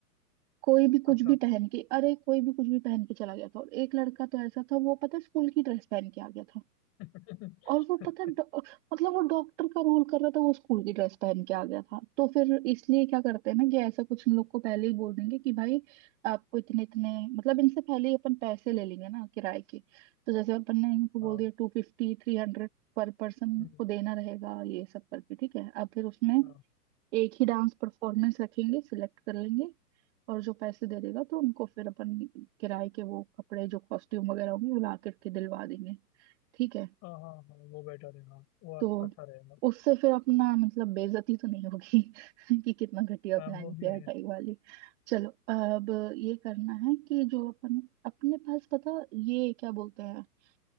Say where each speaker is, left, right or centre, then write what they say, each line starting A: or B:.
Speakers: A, on the right; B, on the left.
A: कोई भी कुछ
B: अच्छा
A: भी पहन के अरे कोई भी कुछ भी पहन के चला गया था और एक लड़का तो ऐसा था वो पता है स्कूल की ड्रेस पहन के आ गया था
B: <laughs>
A: और वो पता है डॉ- मतलब वो डॉक्टर का रोल कर रहा था वो स्कूल की ड्रेस पहन के आ गया था तो फिर इसलिए क्या करते हैं ना कि ऐसा कुछ इन लोग को पहले ही बोल देंगे कि भाई आपको इतने इतने मतलब इनसे पहले ही अपन पैसे ले लेंगे ना किराए के तो जैसे अपन ने इनको बोल
B: हाँ
A: दिया टू फिफ्टी थ्री हंड्रेड पर पर्सन
B: हम्म,
A: को देना रहेगा ये सब करके ठीक है अब फिर उसमें
B: अच्छा
A: एक ही डांस परफॉर्मेंस रखेंगे सिलेक्ट कर लेंगे और जो पैसे दे देगा तो उनको फिर अपन किराए के वो कपड़े जो कॉस्ट्यूम वगैरह होंगे वो ला करके दिलवा देंगे ठीक है
B: हाँ हाँ हाँ वो बेटर है हाँ वो
A: तो
B: अ- अच्छा रहेगा
A: उससे फिर अपना मतलब बेइज्जती तो नहीं होगी <laughs> कि कितना घटिया
B: हाँ
A: प्लान
B: वो
A: किया
B: भी
A: है
B: है
A: टाई वाली चलो अब ये करना है कि जो अपन अपने पास पता ये क्या बोलते हैं